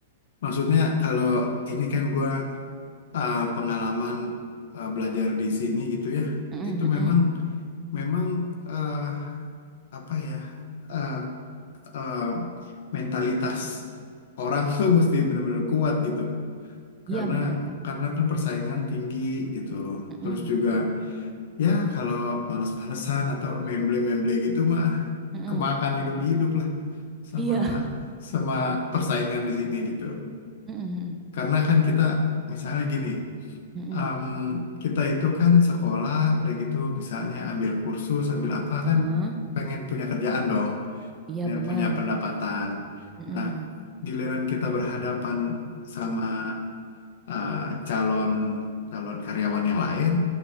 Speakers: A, on the left; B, on the right.
A: Maksudnya kalau ini kan gua eh, pengalaman eh, belajar di sini gitu ya,
B: Mm-mm,
A: itu
B: mm-mm.
A: memang. memang eh, apa ya eh, eh, mentalitas orang <laughs> tuh mesti benar-benar kuat gitu karena
B: Iya, bener, Kak.
A: karena kan persaingan tinggi gitu
B: Mm-mm,
A: terus juga ya kalau males-malesan atau memble-memble gitu mah
B: mm-mm.
A: kemakan hidup-hidup lah sama
B: Iya.
A: sama persaingan di sini gitu
B: Mm-mm, mm-mm,
A: karena kan kita misalnya gini
B: mm-mm.
A: em, kita itu kan sekolah udah gitu misalnya ambil kursus ambil apa kan
B: Mm-mm.
A: pengen punya kerjaan dong
B: Iya,
A: biar
B: bener.
A: punya pendapatan.
B: Mm-mm,
A: Nah, giliran kita berhadapan sama eh, calon calon karyawan yang lain,